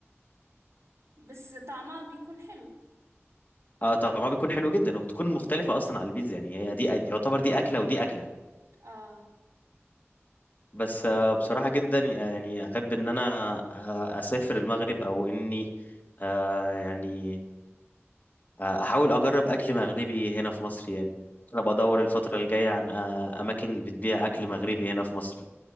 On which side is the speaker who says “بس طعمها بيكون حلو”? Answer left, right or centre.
Right